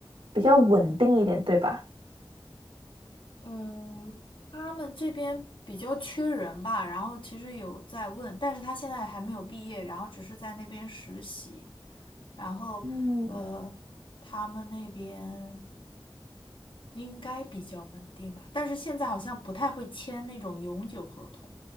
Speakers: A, on the right; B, on the left.
A: 比较稳定一点，对吧？
B: 嗯，他们这边比较缺人吧，然后其实有在问，但是他现在还没有毕业，然后只是在那边实习，然后呃，
A: 嗯。
B: 他们那边应该比较稳定吧，但是现在好像不太会签那种永久合同。